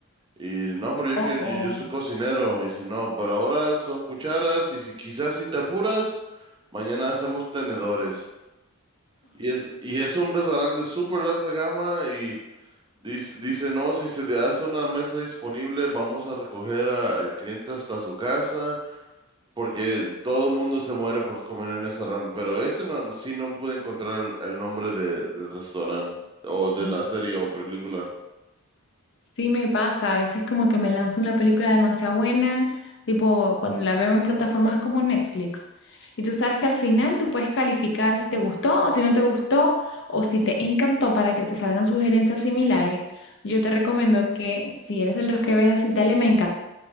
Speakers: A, on the right; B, on the left.
A: Y no, pero yo
B: Oh,
A: quiero, yo,
B: oh.
A: yo soy cocinero. Y dice, no, pero ahora son cucharas y si quizás si te apuras, mañana hacemos tenedores. Y es, y es un restaurante súper alta gama y dice, dice, no, si se le hace una mesa disponible, vamos a recoger a- al cliente hasta su casa, porque todo el mundo se muere por comer en ese restaurante. Pero ese no, sí no pude encontrar el, el nombre de- del restaurante o de
B: <laughs>
A: la serie o película.
B: Sí me pasa, a veces como que me lanzo una película demasiado buena, tipo cuando la veo en plataformas como Netflix. Y tú sabes que al final tú puedes calificar si te gustó o si no te gustó o si te encantó para que te salgan sugerencias similares. Yo te recomiendo que si eres de los que ves así, dale me encanta,